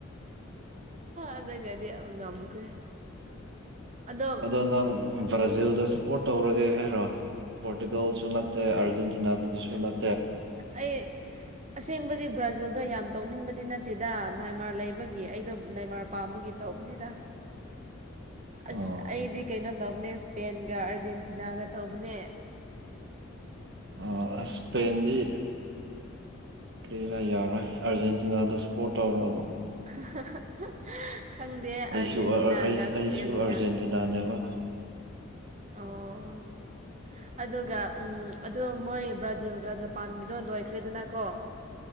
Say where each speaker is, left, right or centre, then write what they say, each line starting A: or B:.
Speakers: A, on the right; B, on the right.
A: ꯑꯗꯨꯒꯗꯤ ꯑ ꯉꯝꯈ꯭ꯔꯦ ꯑꯗꯣ
B: ꯑꯗꯨ ꯅꯪ ꯕꯔ꯭ꯖꯤꯜꯗ ꯁꯥ ꯄꯣꯔꯠ ꯇꯧꯔꯒꯦ ꯍꯥꯏꯔꯣ ꯄꯣꯔꯇꯨꯒꯜꯁꯨ ꯅꯠꯇꯦ ꯑꯥꯔꯖꯦꯟꯇꯤꯅꯥꯗꯨꯁꯨ ꯅꯠ
A: ꯑꯩ ꯑꯁꯦꯡꯕꯗꯤ ꯕ꯭ꯔꯥꯖꯤꯜꯗ ꯌꯥꯝ ꯇꯧꯅꯤꯡꯕ ꯗꯤ ꯅꯠꯇꯦꯗ ꯅꯥꯏꯃꯥꯔ ꯂꯩꯕꯒꯤ ꯑꯩꯗꯣ ꯅꯥꯏꯃꯔ ꯄꯥꯝꯕꯒꯤ ꯇꯧꯕꯅꯤꯗ ꯑꯁ
B: ꯑꯣ
A: ꯑꯩꯗꯤ ꯀꯩꯅꯣ ꯇꯧꯕꯦꯁ ꯄꯦꯟꯒ ꯑꯥꯔꯖꯦꯟꯇꯤꯅꯥꯒ ꯇꯧꯕꯅꯦ
B: ꯑ ꯑ ꯏꯁꯄꯦꯟꯗꯤ ꯀꯔꯤꯔꯥ ꯌꯥꯎꯔꯣꯏ ꯑꯥꯔꯖꯦꯟꯇꯤꯅꯥꯗ ꯁꯄꯣꯔꯠ ꯇꯧꯔꯣ ꯑꯗꯨꯝ
A: <unintelligible>
B: ꯑꯩꯁꯨ
A: ꯑꯥꯔꯖꯦꯟꯇꯤꯅꯥꯒ
B: ꯑꯩꯁꯨ
A: ꯏꯁꯄꯦꯟꯒ
B: ꯑꯥꯔꯖꯦꯟꯇꯤꯅꯥꯅꯦꯕ
A: ꯑꯣ ꯑꯗꯨꯒ ꯎ ꯑꯗꯨ ꯃꯣꯏ ꯕ꯭ꯔꯥꯖꯤꯜꯒ ꯖꯄꯥꯟꯒꯤꯗꯣ ꯂꯣꯏꯈ꯭ꯔꯦꯗꯅꯀꯣ <inaudible>